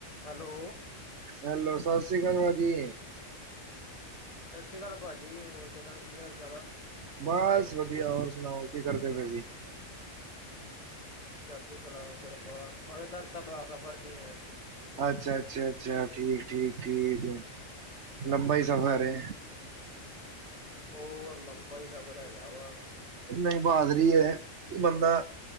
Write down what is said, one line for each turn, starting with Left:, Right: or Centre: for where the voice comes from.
Left: Hello.
Right: Hello, ਸਸ ਸ੍ਰੀ ਅਕਾਲ ਭਾਜੀ।
Left: ਸਤਿ ਸ਼੍ਰੀ ਅਕਾਲ ਭਾਜੀ। ਹੋਰ ਕਿਦਾਂ, ਕੀ ਹਾਲ ਚਾਲ ਆ?
Right: ਬਸ ਵਧੀਆ। ਹੋਰ ਸੁਣਾਓ ਕੀ ਕਰਦੇ ਪਏ ਸੀ?
Left: ਚੜਦੀ ਕਲਾ, ਕਿਰਪਾ। ਹਾਲੇ ਤੱਕ ਤਾਂ ਬੜਾ ਸਫ਼ਰ ਚ ਐ।
Right: ਅੱਛਾ, ਅੱਛਾ, ਅੱਛਾ। ਠੀਕ, ਠੀਕ, ਠੀਕ‌। ਲੰਬਾ ਈ ਸਫ਼ਰ ਏ।
Left: ਹੋਰ, ਲੰਬਾ ਹੀ ਸਫਰ ਹੈਗਾ ਵਾ।
Right: ਨਹੀਂ ਬਹਾਦਰੀ ਏ, ਬੰਦਾ